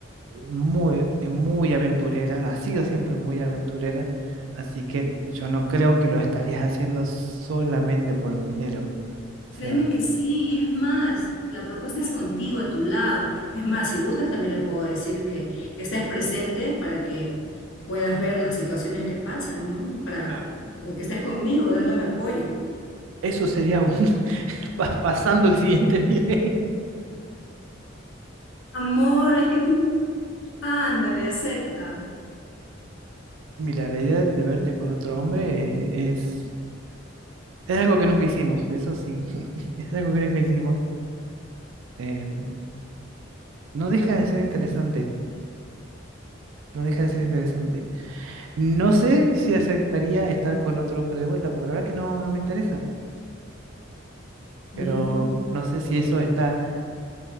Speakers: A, on the right; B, on the left.
A: muy, muy aventurera, has sido siempre muy aventurera, así que yo no creo que lo estarías haciendo solamente por el dinero. O
B: Créeme
A: sea,
B: que sí, y es más, la propuesta es contigo, a tu lado. Es más, si gustas, también le puedo decir que, que estés presente para que puedas ver las situaciones que pasan, ¿no? Para,
A: Ah.
B: para que estés conmigo, dándome apoyo.
A: eso sería un pa- pasando el siguiente <laughs> nivel.
B: Amor, es que, ándale, acepta.
A: Mira, la idea de verte con otro hombre eh, es, es algo que nunca hicimos, eso sí, <laughs> es algo que nunca hicimos. Eh, no deja de ser interesante, no deja de ser interesante. No sé si aceptaría estar con otro hombre de vuelta, porque la verdad que no, no me interesa, pero
B: Mm.
A: no sé si eso está...